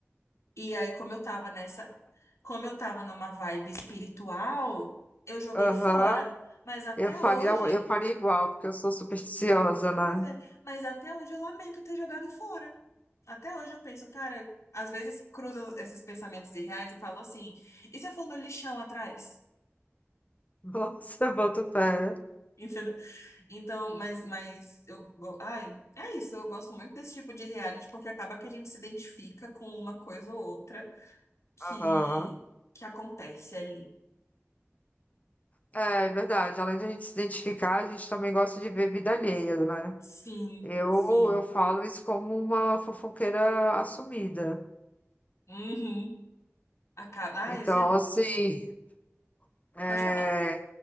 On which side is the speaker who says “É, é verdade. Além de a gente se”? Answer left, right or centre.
Left